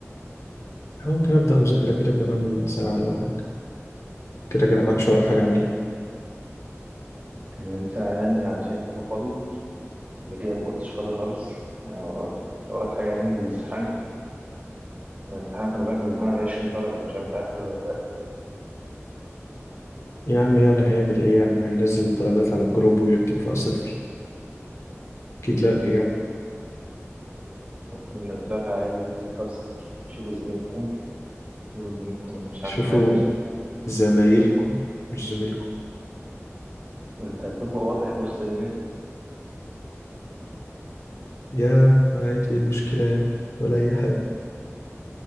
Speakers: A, on the left (about 75°); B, on the right (about 30°).
A: ممكن ابدا مذاكره كده كمان ساعه ولا حاجه كده كده ما عادش ورا حاجه اعملها
B: كمان ساعة يعني عشان تبقى فاضي قبل كده ما كنتش فاضي خالص آه، وراك وراك حاجة أهم من الامتحان الامتحان خلي بالك الامتحان على 20 درجة أنا مش عارف أنت عارف كده ولا لأ
A: يا عم يعني هيعمل ايه يعني هينزل الدرجات على الجروب ويكتب فيها صفر اكيد لا يعني
B: ممكن ننزلها عادي ونكتب فيها صفر نشوف زميلكم هو زميلكم أنا مش
A: شوفوا
B: عارف عادي
A: زمايلكم مش زميلكم
B: وأنت هتبقى واضح بص إن
A: يا عم عادي إيه المشكلة يعني ولا أي حاجة